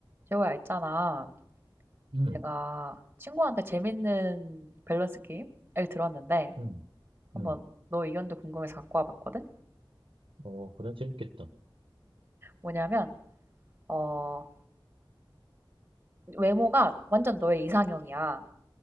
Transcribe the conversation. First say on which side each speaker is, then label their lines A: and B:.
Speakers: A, on the right; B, on the right.
A: 재호야, 있잖아.
B: 음,
A: 내가 친구한테 재밌는 밸런스 게임을 들었는데,
B: 음,
A: 한번
B: 음.
A: 너 의견도 궁금해서 갖고 와봤거든?
B: 어, 그래, 재밌겠다.
A: 뭐냐면, 어, 외모가 완전 너의 이상형이야.